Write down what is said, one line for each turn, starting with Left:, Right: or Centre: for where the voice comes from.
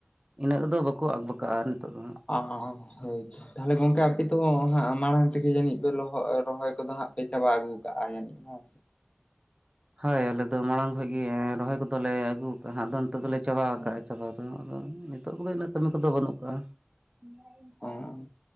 Right: ᱤᱱᱟᱹᱜ ᱫᱚ ᱵᱟᱠᱚ ᱟᱠᱵᱟᱠᱟᱜᱼᱟ ᱱᱤᱛᱚᱜ ᱫᱚ ᱦᱟᱸᱜ᱾
Left: <unintelligible> ᱛᱟᱦᱚᱞᱮ ᱜᱚᱝᱠᱮ ᱟᱯᱮ ᱫᱚ ᱦᱟᱸᱜ ᱢᱟᱲᱟᱝ ᱛᱮᱜᱮ ᱡᱟᱹᱱᱤᱡ ᱯᱮ ᱞᱚᱦᱚᱜ ᱨᱚᱦᱚᱭ ᱠᱚᱫᱚ ᱦᱟᱸᱜ ᱯᱮ ᱪᱟᱵᱟ ᱟᱹᱜᱩ ᱠᱟᱜ-ᱟ ᱡᱟᱹᱱᱤᱡ? ᱦᱮᱸ
Right: ᱦᱟᱹᱭ ᱟᱞᱮ ᱫᱚ ᱢᱟᱲᱟᱝ ᱠᱷᱚᱡ ᱜᱮ ᱨᱚᱦᱚᱭ ᱠᱚᱫᱚ ᱞᱮ ᱟᱹᱜᱩ ᱠᱟᱜ-ᱟ ᱦᱟᱸᱜ ᱫᱚ ᱱᱤᱛᱚᱜ ᱫᱚᱞᱮ ᱪᱟᱵᱟ
Left: ᱦᱩᱸ
Right: ᱟᱠᱟᱜ-ᱟ ᱪᱟᱵᱟ ᱾ ᱟ ᱟᱫᱚ ᱱᱤᱛᱚᱜ ᱠᱚᱜᱤ ᱤᱱᱟᱹᱜ ᱠᱟᱹᱢᱤ ᱠᱚᱫᱚ ᱵᱟᱹᱱᱩᱜ ᱟᱠᱟᱜ-ᱟ ᱾ <unintelligible>
Left: ᱚ ᱚ
Right: ᱟᱨ